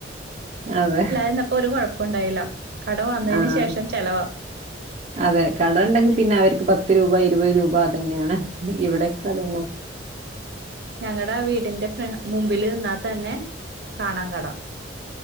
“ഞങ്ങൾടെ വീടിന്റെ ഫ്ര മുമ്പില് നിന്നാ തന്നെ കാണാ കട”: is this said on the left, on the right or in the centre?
Right